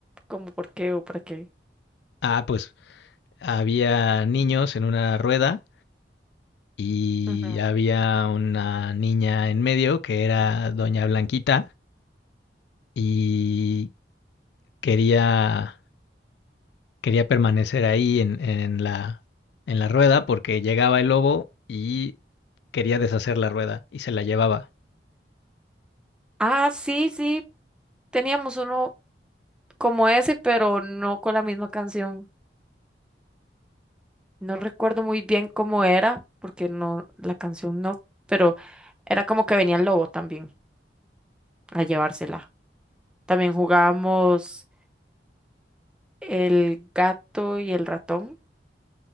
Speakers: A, in the centre; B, on the left.
A: como por qué o para qué?
B: Ah, pues había niños en una rueda y
A: Ujú.
B: había una niña en medio que era Doña Blanquita y quería, quería permanecer ahí en, en la, en la rueda porque llegaba el lobo y quería deshacer la rueda y se la llevaba.
A: Ah, sí, sí, teníamos uno como ese, pero no con la misma canción. No recuerdo muy bien cómo era, porque no, la canción no, pero era como que venía el lobo también a llevársela. También jugábamos el gato y el ratón,